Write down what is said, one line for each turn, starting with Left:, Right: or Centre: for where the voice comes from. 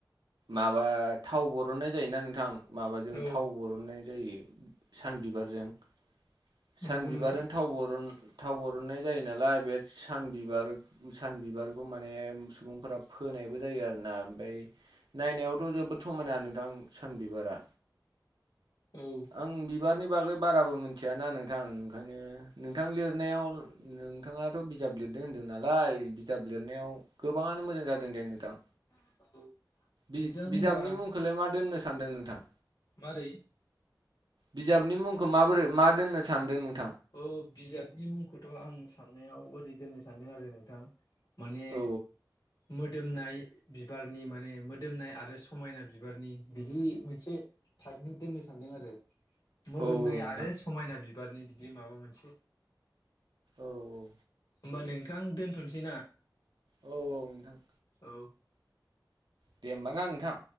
Right: माबा थाव बरननाय जायोना नोंथां। माबाजों
Left: औ
Right: थाव बर'ननाय जायो सान बिबारजों। सान
Left: नंगौ
Right: बिबारजों
Left: नोंथां
Right: थाव बर'न थाव बर'ननाय जायो नालाय बे सान बिबार सान बिबारखौ मान ने सुबुंफोरा फोनायबो जायो आरो ना ओमफाय नायनायावथ' जोबोद समायना नोंथां सान बिबारा
Left: औ
Right: आं बिबार नि बागै बाराबो मिथियाना नोंथां ओंखायनो नोंथां लिरनायाव नोंथाङाथ' बिजाब लिरदों होन्दों नालाय बिजाब लिरनायाव गोबाङानो मोजां जादों दे नोंथां।
Left: <unintelligible>
Right: बि-बिजाबनि
Left: नोंथां होनबा
Right: मुंखौलाय मा दोननो सानदों नोंथां?
Left: मारै?
Right: बिजाबनि मुंखौ माबोरै मा दोननो सानदों नों
Left: अ बिजाबनि मुंखौथ' आं साननायाव ओरै दोननो सानदों आरो नोंथां। माने
Right: औ
Left: मोदोमनाय बिबारनि माने मोदोमनाय आरो समायना बिबारनि बिदि मोनसे थाइपनि दोननो सानदों आरो। मोदोमनाय
Right: औ नोंथां
Left: आरो समायना बिबारनि बिदि माबा मोनसे।
Right: औ औ।
Left: होमबा नोंथां दोनथ'नोसै ना?
Right: औ औ नोंथां।
Left: औ
Right: दे होमब ना नोंथां?